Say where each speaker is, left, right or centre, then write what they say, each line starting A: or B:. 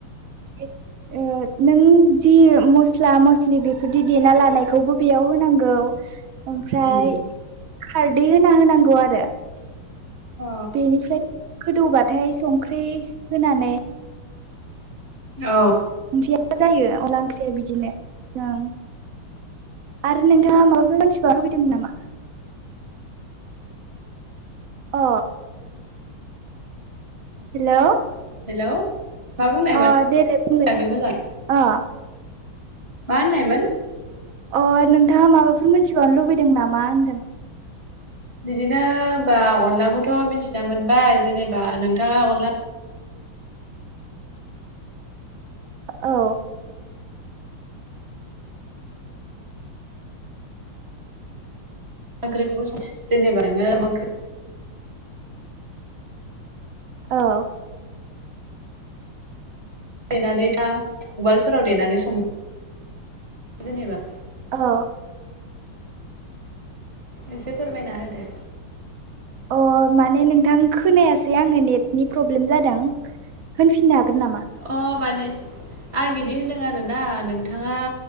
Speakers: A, on the right; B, on the right.
A: <inaudible> ओ नों जि मस्ला मस्लि बेफोरदि देना लानायखौबो बेयाव होनांगौ। ओमफ्राय
B: उम
A: खारदै होना होनांगौ आरो।
B: औ
A: बेनिफ्राय गोदौबाथाय संख्रि होनानै
B: औ।
A: <unintelligible> जायो अनला ओंख्रिया बिदिनो ओं आरो नों दा माबाफोर मोनथिबावनो लुुबैदोंमोन नामा? अ। Hello
B: hello. मा बुंनायमोन
A: अ देलाय बुंलाय
B: खोनायाखै मोजाङै
A: अ।
B: मा होननायमोन
A: अ नोंथाङा माबाफोर मिथिबावनो लुबैदों नामा होनदों
B: बिदिनो होनबा अनलाखौथ' मिथिना मोनबाय जेनेबा नोंथाङा अनला
A: औ
B: ओंख्रिखौबो जेनेबा नोङो ओंख्रि
A: औ
B: देनानै दा उवालफोराव देनानै सङो जेनेबा
A: औ
B: एसे फोरमायना होदो।
A: अ माने नोंथां खोनायासै आङो नेटनि प्रब्लेम जादों। होनफिन हागोन? नामा?
B: अ मानि आं बिदि होनदों आरोना नोंथाङा